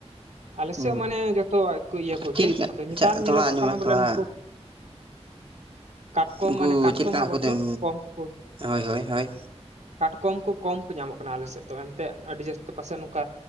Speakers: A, on the right; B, on the right.
A: ᱟᱞᱮ
B: ᱦᱩᱸ
A: ᱥᱮ ᱦᱚ ᱢᱟᱱᱮ ᱡᱚᱛᱚᱣᱟᱜ ᱜᱮᱠᱚ ᱤᱭᱟᱹ ᱠᱚᱜᱮᱭᱟ
B: ᱪᱮᱫ ᱞᱮᱠᱟ
A: ᱟᱫᱚ ᱱᱮᱛᱟᱨ
B: ᱟᱪᱪᱷᱟ
A: ᱧᱮᱞᱚᱜᱚᱜ
B: ᱛᱷᱚᱲᱟ ᱟᱸᱡᱚᱢ
A: ᱠᱟᱱᱟ
B: ᱢᱮ
A: ᱵᱚᱞᱮ
B: ᱛᱷᱚᱲᱟ
A: ᱱᱩᱠᱩ᱾ ᱠᱟᱴᱠᱚᱢ
B: ᱩᱱᱠᱩ
A: ᱢᱟᱱᱮ ᱠᱟᱴᱠᱚᱢ
B: ᱪᱮᱫ ᱞᱮᱠᱟ
A: ᱦᱟᱜ
B: ᱦᱟᱹᱠᱩ
A: ᱵᱚᱨᱪᱚᱝ
B: ᱫᱚᱢ
A: ᱠᱚᱢ ᱠᱚ
B: ᱦᱳᱭ ᱦᱳᱭ ᱦᱳᱭ
A: ᱠᱟᱴᱠᱚᱢ ᱠᱚ ᱠᱚᱢ ᱠᱚ ᱧᱟᱢᱚᱜ ᱠᱟᱱᱟ ᱟᱞᱮ ᱥᱮᱫ ᱫᱚ ᱮᱱᱛᱮᱜ ᱟᱹᱰᱤ ᱡᱟᱹᱥᱛᱤ ᱯᱟᱥᱮᱜ ᱱᱚᱝᱠᱟ᱾